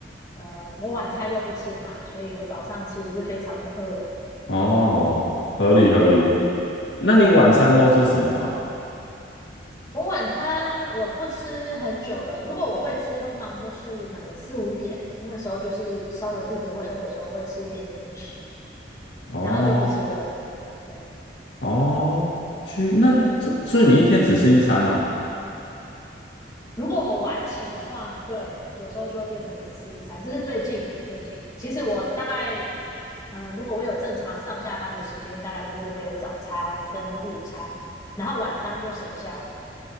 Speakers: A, on the left (about 20°); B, on the left (about 65°).
A: 呃，我晚餐又不吃嘛，所以我早上其实是非常的饿。
B: 哦，合理合理。
A: 嗯，
B: 那你晚餐都吃什么啊？
A: 对，我晚餐我不吃很久了，如果我会吃，通常就是可能四五点，那时候就是稍微肚子会饿的时候会吃一点零食，
B: 哦
A: 然后就不吃了。对，
B: 哦，去，那这所以你一天只吃一餐哦。
A: 嗯，如果我晚起的话，对，有时候就会变成只吃一餐。这是最近最近，其实我大概呃，如果我有正常上下班的时间，大概就是会有早餐跟午餐，然后晚餐就省下来。